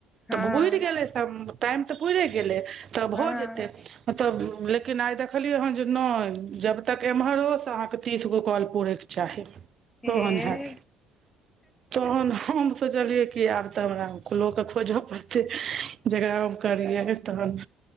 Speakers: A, on the left (about 20°); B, on the right (about 50°).
A: हँ
B: तऽ पुर गेलै सब टाइम तऽ पुरे गेलै तऽ भऽ
A: हँ
B: जेतै हँ तब लेकिन आइ देखलियै हँ जे नहि जब तक एम्हर ओ से अहाँके तीसगो कॉल पूरैके चाही
A: ए
B: तहन हैत तहन हम सोचलियै कि आब तबरा लोक के खोजऽ पड़तै जकरा ओ करियै तहन